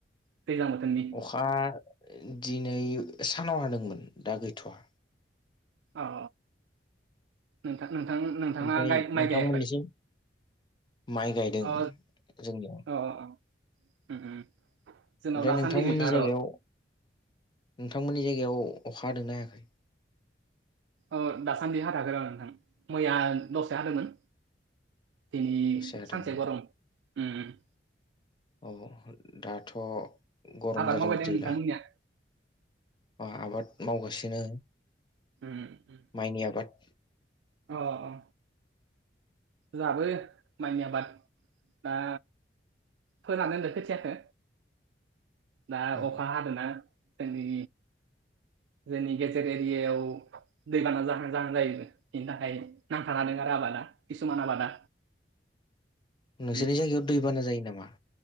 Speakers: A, on the right (about 80°); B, on the left (about 25°).
A: दैज्लां बोथोरनि
B: अखा दिनै सानाव हादोंमोन दा गैथ'आ।
A: औ नोंथां नोंथां नोंथाङा
B: ओमफ्राय
A: माइ
B: नोंथांमोननिसिम
A: गायाखै?
B: माइ गायदों
A: अ
B: जोंनियाव।
A: अ अ उम जोंनाव
B: ओमफ्राय
A: दासान्दि
B: नोंथांमोननि
A: गैथ'आ
B: जायाव
A: र'
B: नोंथांमोननि जायगायाव अखा हादोंना हायाखै?
A: ओ दासान्दि हाथागोर नोंथां मैया दसे हादोंमोन दिनै
B: दसे हादोंमोन
A: सानसे गरम उम उम।
B: औ दाथ' गरम
A: आबाद
B: जादों
A: मावबायदों
B: बिदिब्ला
A: नोंथांमोननिया
B: आबाद मावगासिनो
A: उम उम।
B: माइनि आबाद
A: अ अ जाबो माइानि आबाद दा फोनानै होनो खोथियाखो दा
B: औ
A: अखा हादों ना जोंनि जोंनि गेजेर एरियायाव दैबाना जाहां जाहां जायोबो बेनि थाखाय नांथानादों आरो आबादा किसुमान आबादा
B: नोंसोरनि
A: बि
B: जायगायाव दैबाना जायो नामा?